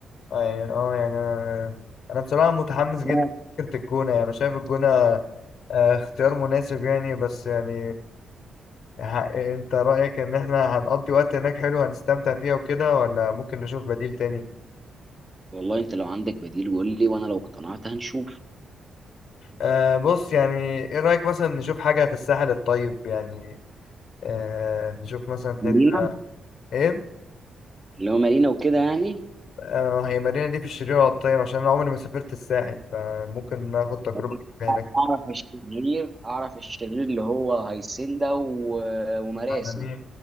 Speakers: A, on the left; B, on the right.
A: اه يعني آه، يعني انا أنا بصراحة متحمس جدا
B: لا
A: فكرة الجونة يعني أنا شايف الجونة آه، اختيار مناسب يعني بس يعني ه- انت رأيك ان احنا هنقضي وقت هناك حلو هنستمتع فيها وكده ولا ممكن نشوف بديل تاني
B: والله انت لو عندك بديل قول لي وانا لو اقتنعت هنشوف
A: أه بص يعني ايه رأيك مثلا نشوف حاجة في الساحل الطيب يعني أه نشوف مثلا
B: مارينا
A: حتة ايه
B: اللي هو مارينا وكده يعني
A: أه هي المدينة دي في الشرير ولا الطيب عشان انا عمري ما سافرت الساحل فممكن ناخد تجربة
B: يعني
A: جديدة هناك
B: اعرف الشرير اعرف الشرير اللي هو هيسندا و- ومراسي
A: عالمين